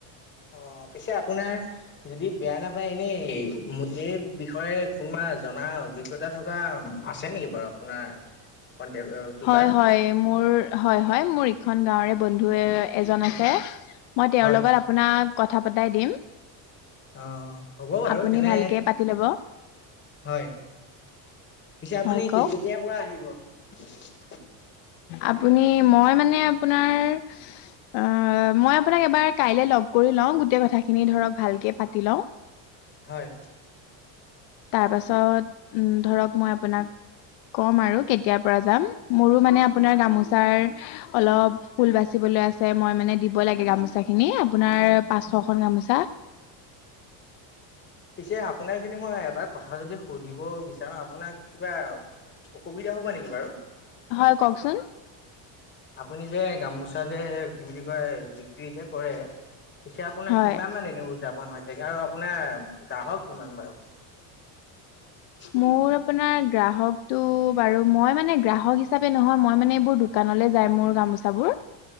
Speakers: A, on the left (about 25°); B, on the left (about 75°).
A: অ পিছে আপোনাৰ যদি বেয়া নাপায় এনেই এই বিষয়ে কোনোবা জনা অভিজ্ঞতা থকা আছে নেকি বাৰু আপোনাৰ? কন্টেক যোগাত?
B: হয় হয় মোৰ হয় হয় মোৰ ইখন গাঁৱৰে বন্ধু এজন আছে। মই তেওঁৰ
A: হয়
B: লগত আপোনাক কথা পতাই দিম।
A: অ হ'ব বাৰু
B: আপুনি
A: তেনে
B: ভালকে পাতি ল'ব
A: হয় পিছে আপুনি
B: হয় কওক
A: কেতিয়াৰ পৰা আহিব।
B: আপুনি মই মানে আপোনাৰ আ মই আপোনাক এবাৰ কাইলে লগ কৰি লওঁ গোটেই কথাখিনি ধৰক ভালকে পাতি লওঁ।
A: হয়।
B: তাৰ পাছত উম ধৰক মই আপোনাক কম আৰু কেতিয়াৰ পৰা যাম মোৰো মানে আপোনাৰ গামোচাৰ অলপ ফুল বাচিব বলে আছে মই মানে দিব লাগে গামোচাখিনি আপোনাৰ পাঁচশখন গামোচা।
A: পিছে আপোনাক যদি মই এটা কথা যদি সুধিব বিচাৰো আপোনাক কিবা অসুবিধা হ'ব নেকি বাৰু?
B: হয় কওকচোন?
A: আপুনি যে গামোচা যে কি বুলি কয় বিক্ৰী যে কৰে। পিছে আপোনাৰ
B: হয়
A: কিমান মান এনে উদযাপন হৈছেগে আৰু আপোনাৰ গ্ৰাহক কিমান বাৰু? <inaudible>
B: মোৰ আপোনাৰ গ্ৰাহকটো বাৰু মই মানে গ্ৰাহক হিচাপে নহয় মই মানে এইবোৰ দোকানল লে যায় মোৰ গামোচাবোৰ।